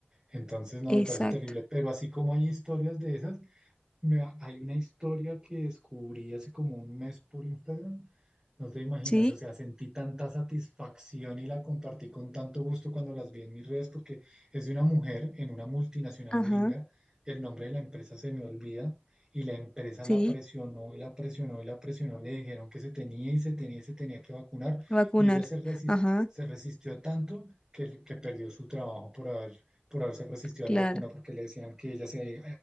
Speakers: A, on the right; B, on the left.
A: Entonces, no,
B: exacto,
A: me parece terrible, pero así como hay historias de esas, Mira, hay una historia que descubrí hace como un mes por Instagram. No te imaginas,
B: sí,
A: o sea, sentí tanta satisfacción y la compartí con tanto gusto cuando las vi en mis redes porque es de una mujer en una multinacional
B: ajá,
A: gringa. El nombre de la empresa se me olvida y la empresa
B: sí,
A: la presionó y la presionó y la presionó. Le dijeron que se tenía y se tenía y se tenía que vacunar
B: vacunar,
A: y ella se resis-
B: ajá,
A: se resistió tanto que, que perdió su trabajo por haber, por haberse resistido a
B: claro,
A: la vacuna porque le decían que ella se